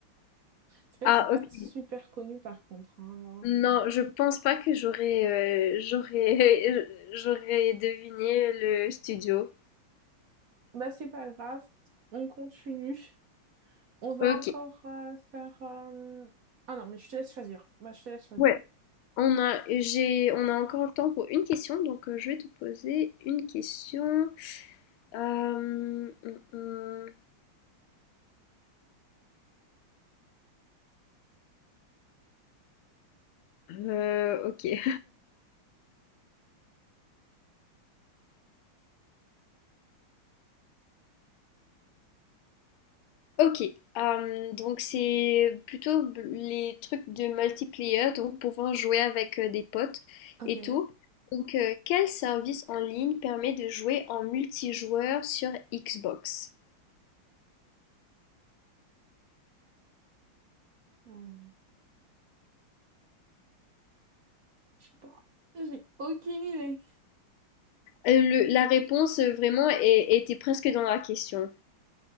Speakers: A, on the right; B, on the left.
A: C'est vrai
B: Ah,
A: que c'est pas
B: ok.
A: super connu par contre. hein.
B: Non, je pense pas que j'aurais euh, j'aurais <laughs> j'aurais deviné le studio.
A: Bah, c'est pas grave, on continue. On va
B: Ok.
A: encore euh, faire. euh, Ah non, mais je te laisse choisir. Bah, je te laisse choisir.
B: Ouais. On a j'ai on a encore le temps pour une question, donc euh, je vais te poser une question. Euh, hum, hum. hum. Euh, ok. Ok, euh, donc c'est plutôt b- les trucs de multiplayer, donc pouvant jouer avec euh, des potes
A: Ok.
B: et tout. Donc euh, quel service en ligne permet de jouer en multijoueur sur Xbox?
A: Euh, je sais pas. J'ai aucune idée.
B: Euh, le- la réponse euh, vraiment est- était presque dans la question.